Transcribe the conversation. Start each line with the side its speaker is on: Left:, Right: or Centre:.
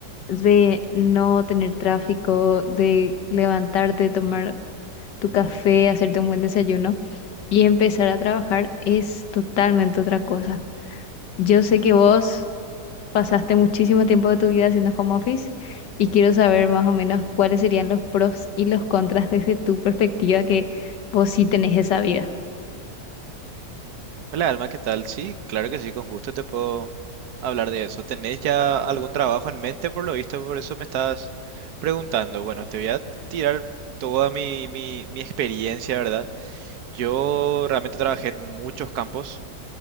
Left: de no tener tráfico, de levantarte, tomar tu café, hacerte un buen desayuno y empezar a trabajar es totalmente otra cosa. Yo sé que vos pasaste muchísimo tiempo de tu vida haciendo home office y quiero saber más o menos cuáles serían los pros y los contras desde tu perspectiva que vos sí tenés esa vida.
Right: Hola Alma, ¿qué tal? Sí, claro que sí, con gusto te puedo hablar de eso. ¿Tenés ya algún trabajo en mente por lo visto? Por eso me estás preguntando. Bueno, te voy a tirar toda mi, mi, mi experiencia, ¿verdad? Yo realmente trabajé en muchos campos.